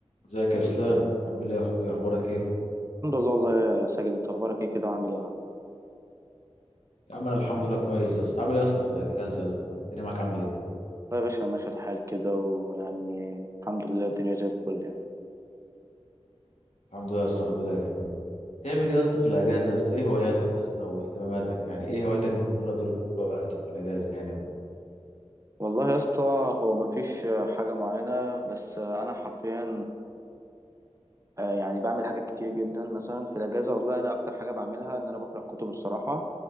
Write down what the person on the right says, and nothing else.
الحمد لله والله يا ساجد انت اخبارك ايه كده وعامل ايه يا عم
لا يا باشا ماشي الحال كده ويعني الحمد لله الدنيا زي الفل يعني
والله يا اسطى هو مفيش حاجة معينة بس انا حرفيا آه، يعني بعمل حاجات كتير جدا مثلا في الاجازة والله انا اكتر حاجة بعملها ان انا بقرأ كتب الصراحة